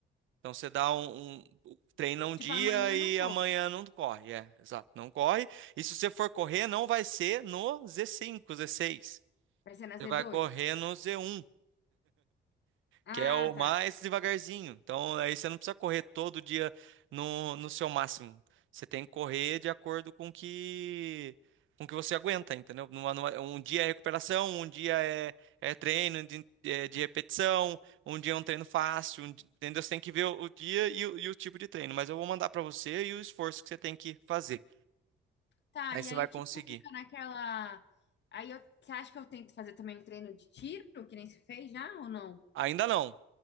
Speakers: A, on the right; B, on the left.
A: Então você dá um, um- treina um
B: Tipo,
A: dia
B: amanhã eu
A: e
B: não corro.
A: amanhã não corre. É, exato, não corre. E se você for correr, não vai ser no z cinco, z seis.
B: Vai ser na
A: Você
B: z
A: vai
B: dois
A: correr no z um.
B: Ah,
A: que é o mais
B: tá.
A: devagarzinho. Então, aí você não precisa correr todo dia no, no seu máximo. Você tem que correr de acordo com que com que você aguenta, entendeu? Numa- numa- um dia é recuperação, um dia é, é treino de, é, de repetição, um dia é um treino fácil, um di- entendeu? Você tem que ver o, o dia e, o e o tipo de treino. Mas eu vou mandar para você e o esforço que você tem que fazer.
B: Tá,
A: Aí
B: e
A: você
B: aí,
A: vai conseguir.
B: tipo, fica naquela. Aí eu... você acha que eu tento fazer também um treino de tiro, que nem se fez já ou não?
A: Ainda não.